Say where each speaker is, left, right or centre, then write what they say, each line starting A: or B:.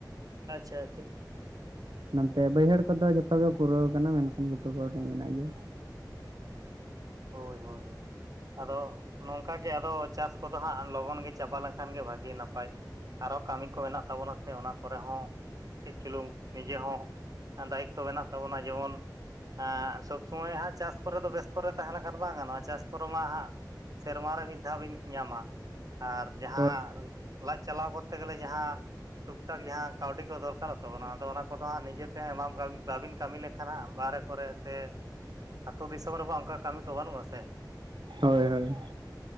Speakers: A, on the right; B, on the right.
A: ᱟᱪᱪᱷᱟ ᱟᱪᱪᱷᱟ ᱾
B: ᱱᱚᱛᱮ ᱵᱟᱹᱭᱦᱟᱹᱲ ᱠᱚᱫᱚ ᱡᱷᱚᱛᱚ ᱜᱮ ᱯᱩᱨᱟᱹᱣ ᱠᱟᱱᱟ ᱢᱮᱱᱠᱷᱟᱱ ᱜᱷᱩᱴᱩ ᱠᱚ ᱠᱟᱴᱤᱡ ᱢᱮᱱᱟᱜ ᱜᱮᱭᱟ᱾
A: ᱦᱳᱭ ᱦᱳᱭ ᱦᱳᱭ ᱾ ᱟᱫᱚ ᱱᱚᱝᱠᱟ ᱜᱮ ᱟᱫᱚ ᱪᱟᱥ ᱠᱚᱫᱚ ᱦᱟᱸᱜ ᱞᱚᱜᱚᱱ ᱜᱮ ᱪᱟᱵᱟ ᱞᱮᱱᱠᱷᱟᱱ ᱜᱮ ᱵᱷᱟᱜᱤ ᱱᱟᱯᱟᱭ ᱟᱨᱚ ᱠᱟᱹᱢᱤ ᱠᱚ ᱢᱮᱱᱟᱜ ᱛᱟᱵᱚᱱᱟ ᱥᱮ ᱚᱱᱟ ᱠᱚᱨᱮ ᱦᱚᱸ ᱠᱟᱹᱡ ᱪᱩᱞᱩᱝ ᱱᱤᱡᱮ ᱦᱚᱸ ᱫᱟᱭᱤᱛᱛᱚ ᱢᱮᱱᱟᱜ ᱛᱟᱵᱚᱱᱟ ᱡᱮᱢᱚᱱ ᱮᱻ ᱥᱚᱵ ᱥᱚᱢᱚᱭ ᱦᱟᱸᱜ ᱪᱟᱥ ᱠᱚᱨᱮ ᱫᱚ ᱵᱮᱥᱛᱚ ᱨᱮ ᱛᱟᱦᱮᱸ ᱞᱮᱱᱠᱷᱟᱱ ᱵᱟᱝ ᱜᱟᱱᱚᱜᱼᱟ ᱪᱟᱥ ᱠᱚᱨᱮ ᱢᱟ ᱦᱟᱸᱜ ᱥᱮᱨᱢᱟ ᱨᱮ ᱢᱤᱫ ᱫᱷᱟᱣ ᱵᱤᱱ ᱧᱟᱢᱟ ᱟᱨ ᱡᱟᱦᱟᱸ
B: ᱛᱚ
A: ᱞᱟᱡ ᱪᱟᱞᱟᱣ ᱠᱚᱨᱛᱮ ᱜᱮᱞᱮ ᱡᱟᱦᱟᱸ ᱴᱩᱠ ᱴᱟᱠ ᱡᱟᱦᱟᱸ ᱠᱟᱹᱣᱰᱤ ᱠᱚ ᱫᱚᱨᱠᱟᱨᱚᱜ ᱛᱟᱵᱚᱱᱟ ᱟᱫᱚ ᱚᱱᱟ ᱠᱚᱫᱚ ᱦᱟᱸᱜ ᱱᱤᱡᱮᱛᱮ ᱮᱢᱟᱢ ᱵᱟᱵᱤᱱ ᱠᱟᱹᱢᱤ ᱞᱮᱠᱷᱟᱱ ᱠᱷᱟᱱ ᱦᱟᱸᱜ ᱵᱟᱨᱦᱨᱮ ᱠᱚᱨᱮ ᱥᱮ ᱟᱹᱛᱩᱳ ᱫᱤᱥᱚᱢ ᱨᱮᱢᱟ ᱚᱱᱠᱟ ᱠᱟᱹᱢᱤ ᱠᱚ ᱵᱟᱹᱱᱩᱜᱼᱟ ᱥᱮ ᱾
B: ᱦᱳᱭ ᱦᱳᱭ ᱾